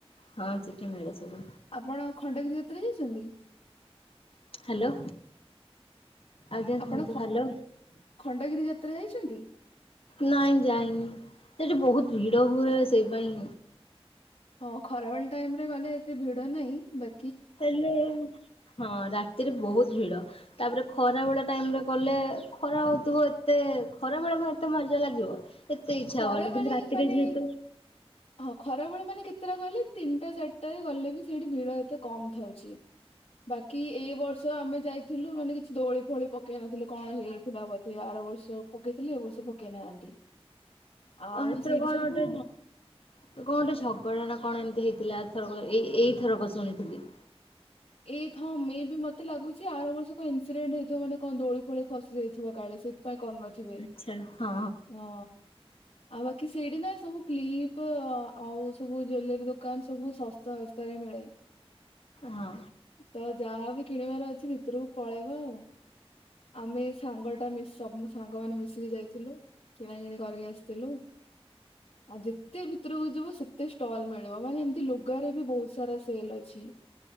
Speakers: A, on the left (about 65°); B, on the left (about 75°).
A: ହଁ ସେଠି ମିଳେ ସବୁ
B: ଆପଣ ଖଣ୍ଡଗିରି ଯାତ୍ରା ଯାଇଛନ୍ତି?
A: ହେଲୋ ଆଜ୍ଞା,
B: ଆପଣ
A: କୁହନ୍ତୁ
B: ଖ
A: ହେଲୋ?
B: ଖଣ୍ଡଗିରି ଯାତ୍ରା ଯାଇଛନ୍ତି?
A: ନାଇଁ ଯାଇନି, ସେଠି ବହୁତ ଭିଡ଼ ହୁଏ। ସେଇ ପାଇଁ
B: ହଁ, ଖରାବେଳ ଟାଇମ୍ ରେ ଗଲେ ଏତେ ଭିଡ଼ ନାହିଁ। ବେ
A: ହେଲେ ହଁ, ରାତିରେ ବହୁତ ଭିଡ଼। ତାପରେ ଖରାବେଳ ଟାଇମ୍ ରେ ଗଲେ ଖରା ହଉଥିବ। ଏତେ ଖରାବେଳେ କଣ ଏତେ ମଜା ଲାଗିବ? ସେତେ ଇଚ୍ଛା
B: ଖରା
A: ହବନି
B: ବେଳେ
A: କିନ୍ତୁ ରାତିରେ
B: ମାନେ
A: ଯେହେତୁ
B: ହଁ, ଖରାବେଳେ ମାନେ କେତେଟା କହିଲେ? ତିନିଟା ଚାରିଟାରେ ଗଲେବି ସେଇଠି ଭିଡ଼ ଏତେ କମ୍ ଥାଉଛି। ବାକି, ଏ ବର୍ଷ ଆମେ ଯାଇଥିଲୁ, ମାନେ କିଛି ଦୋଳି ଫୋଳି ପକେଇନଥିଲେ, କଣ ହେଇଥିଲା ବ ସେ ଆର ବର୍ଷ ପକେଇଥିଲେ, ଏ ବର୍ଷ ପକେଇ ନାହାନ୍ତି। ଆଉ
A: ଏଥିରେ
B: ସେଇଠୁ
A: କଣ
B: ସବୁ
A: ଗୋଟେ କଣ ଗଟେ ଝଗଡ଼ା ନା କଣ ଏମିତି ହେଇଥିଲା? ଏଥରକ ଏଇଥରକ ଶୁଣିଥିଲି।
B: ଏଇ ଥ ମେ ବି ମତେ ଲାଗୁଛି, ଆର ବର୍ଷ କଣ ଇନ୍ସିଡେଣ୍ଟ ହେଇଥିବ ମାନେ କଣ ଦୋଳି ଫୋଳି ଖସି ଯାଇଥିବ କାଳେ ସେ? ପାଇଁ କରୁନଥିବେ
A: ଆଚ୍ଛା। ହଁ
B: ହଁ। ଆଉ ବାକି ସେଇଠି ନା ସବୁ କ୍ଲିପ ଆଉ ସବୁ ଜୁଏଲେରୀ ଦୋକାନ ସବୁ ସ ସସ୍ତାରେ ମିଳେ।
A: ହଁ।
B: ତ ଯାହାବି କିଣିବାର ଅଛି, ଭିତରକୁ ପଳେଇବ ଆଉ। ଆମେ ସାଙ୍ଗଟା ମିଶି ସବୁ ସାଙ୍ଗମାନେ ମିଶିକି ଯାଇଥିଲୁ। କିଣାକିଣି କରିକି ଆସ୍ ଥିଲୁ ଆଉ ଯେତେ ଭିତରକୁ ଯିବ ସେତେ ଷ୍ଟଲ୍ ମିଳିବ ମାନେ ଏମିତି ଲୁଗାରେ ବି ବହୁତ ସାରା ସେଲ୍ ଅଛି।